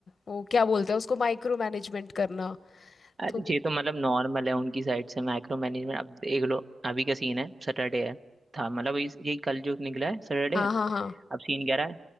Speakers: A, on the left (about 50°); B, on the right (about 25°).
A: वो क्या बोलते हैं उसको माइक्रो मैनेजमेंट करना
B: अरे
A: तो
B: ये तो मतलब नॉर्मल है उनकी साइड से माइक्रो मैनेजमेंट अब देख लो अभी का सीन है सैटरडे है था मतलब इस- यही कल जो निकला है सैटरडे
A: हाँ हाँ हाँ
B: अब सीन कह रहा है